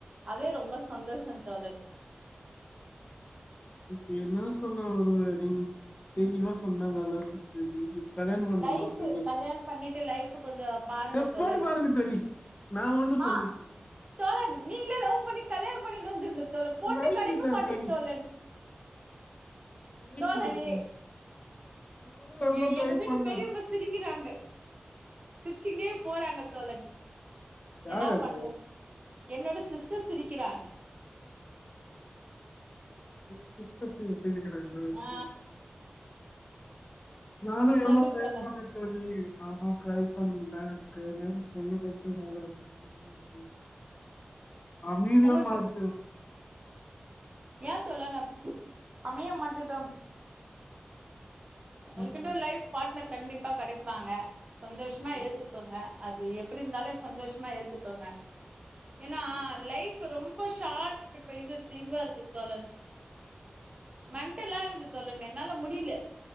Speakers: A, on the right; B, on the left.
A: அதே ரொம்ப சந்தோஷம் தோழர்
B: இப்ப என்ன சொல்ல வர்ற நீ தெளிவா சொன்னா நல்லாருக்கும் தோழி கல்யாண பண்ணுமா
A: லைஃப்
B: தோழி
A: கல்யாணம் பண்ணிட்டு லைஃப் கொஞ்சோ பாருங்க
B: செப்
A: தோழன்
B: போட்டு பாருங்க தோழி நா ஒண்ணு சொல்ல
A: ஆஹ் தோழன் நீங்களே லவ் பண்ணி கல்யாணம் பண்ணி வந்துருக தோழன்
B: அது
A: பொண்ணு
B: வைஃப்
A: கடைக்க
B: இல்ல
A: மாட்டேது
B: தோழி
A: தோழன்
B: அது வைஃப்
A: தோழன்
B: இல்ல தோழி நானும் எவ்வளோ
A: ஏ
B: ட்ரை
A: எங்க வீட்டு
B: பண்ணேன்
A: பெரியவங்க சிரிக்கிறாங்க சிரிச்சுட்டேன் போறாங்க தோழன்
B: யார்
A: என்னா
B: அது
A: பண்றது என்னோட சிஸ்டர் சிரிக்கிறாங்க
B: சிஸ்ட பேச இதுக்கு ரெண்டு வயசு
A: ஆ
B: நானு
A: சொல்லு
B: எவ்ளோ ட்ரை
A: தோழன்
B: பண்றேன் தோழி ஆமா ட்ரைப் பண்ணல்லாம் இருக்கு என்ன பொண்ணு நல்லா இருக்கு மா அப்டின்ற
A: உங்களுக்கு
B: மாரி
A: ஏன் தோழன் அமைய மாட்டுதான் உங்கக்கென
B: ஆமா,
A: ஒரு லைஃப் பார்ட்னர் கடைக்க எப்ப கிடைப்பாங்க சந்தோஷமா
B: ஆமா.
A: ஏத்துக்கோங்க அது எப்படி இருந்தாலே சந்தோஷமா ஏத்துக்கோங்க ஏன்னா லைஃப் ரொம்ப ஷார்ட் இப்ப இது இதுவா இருக்கு தோழன் மெண்டல் ஆகுது தோழன் என்னால முடியல